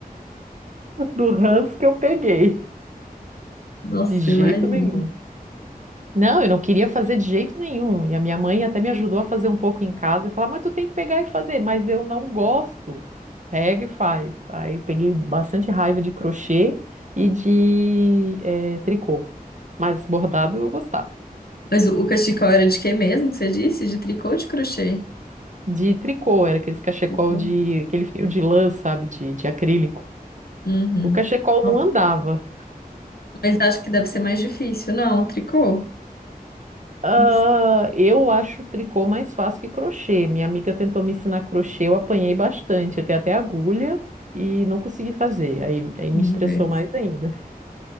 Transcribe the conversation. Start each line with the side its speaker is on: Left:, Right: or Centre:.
Right: <laughs> do ranço que eu peguei,
Left: Nossa,
Right: de jeito
Left: imagina.
Right: nenhum. Não, eu não queria fazer de jeito nenhum. E a minha mãe até me ajudou a fazer um pouco em casa e falar, mas tu tem que pegar e fazer, mas eu não gosto. Pega e faz. Aí eu peguei bastante raiva de crochê e de eh, tricô. Mas bordado eu gostava.
Left: Mas o, o cachecol era de quê mesmo que você disse? De tricô ou de crochê?
Right: De tricô, era aquele cachecol
Left: De crochê.
Right: de, aquele fio de lã, sabe, de, de acrílico.
Left: Uhum.
Right: O cachecol
Left: Nossa,
Right: não andava,
Left: Mas acho que deve ser mais difícil. Não, tricô?
Right: Ah,
Left: Não sei.
Right: eu acho tricô mais fácil que crochê. Minha amiga tentou me ensinar crochê, eu apanhei bastante, até até agulha e não consegui fazer. Aí, aí
Left: Vamos
Right: me estressou
Left: ver.
Right: mais ainda.